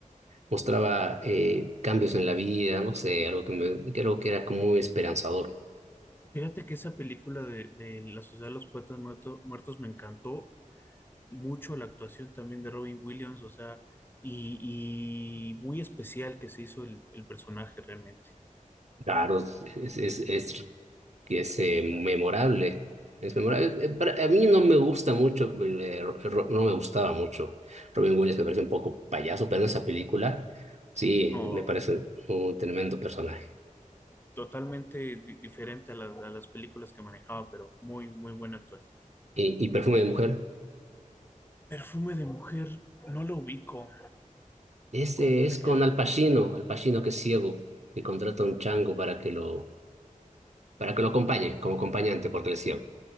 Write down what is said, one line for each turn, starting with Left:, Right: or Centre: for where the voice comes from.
Right: mostraba eh, cambios en la vida, no sé, algo que me, que algo que era como muy esperanzador.
Left: Fíjate que esa película de, de La Sociedad de los Poetas Muerto- Muertos me encantó mucho la actuación también de Robin Williams, o sea, y, y muy especial que se hizo el, el personaje realmente.
Right: Claro, es, es, es, que es eh, memorable. Es memorable. Eh, para- a mí no me gusta mucho, eh, Ro- Ro- no me gustaba mucho. Robin Williams me parece un poco payaso, pero en esa película sí,
Left: No,
Right: me parece un tremendo personaje.
Left: totalmente di- diferente a, la- a las películas que manejaba, pero muy, muy buena actuación.
Right: ¿Y, y Perfume de Mujer?
Left: Perfume de mujer, no lo ubico.
Right: Este
Left: Co-
Right: es
Left: ¿De qué?
Right: con Al Pacino, Al Pacino que es ciego, que contrata a un chango para que lo, para que lo acompañe como acompañante porque él es ciego.